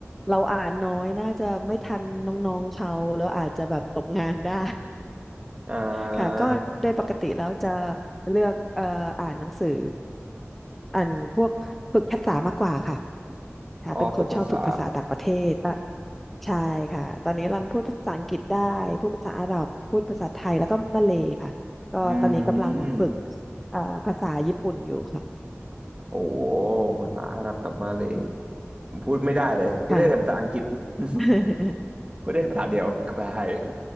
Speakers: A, in the centre; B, on the right (about 25°).
A: เราอ่านน้อยน่าจะไม่ทันน้องๆเขาแล้วอาจจะแบบตกงานได้
B: อ่า
A: ค่ะก็โดยปกติแล้วจะเลือกเอ่ออ่านหนังสืออ่านพวกฝึกภาษามากกว่าค่ะค่ะเป็นคนชอบฝึกภาษาต่างประเทศตะ
B: อาออฝึกภาษา
A: ใช่ค่ะตอนนี้รันพูดภาษาอังกฤษได้พูดภาษาอาหรับพูดภาษาไทยแล้วก็มาเลย์ค่ะก็ตอนนี้กำลังฝึก
B: อืม
A: เอ่อภาษาญี่ปุ่นอยู่ค่ะ
B: โอ้โหภาษาอาหรับกับมาเลยผมพูดไม่ได้เลยพูดได้แต่ภาษาอังกฤษ
A: ค่ะ
B: <laughs>
A: <laughs>
B: พูดได้ภาษาเดียวกับภาษาไทย